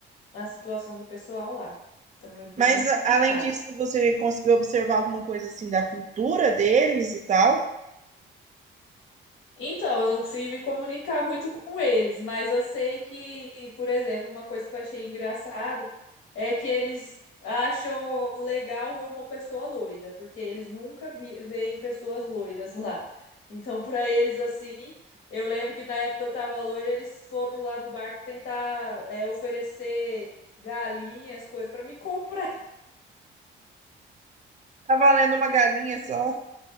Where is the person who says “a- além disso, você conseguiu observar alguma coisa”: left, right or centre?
Right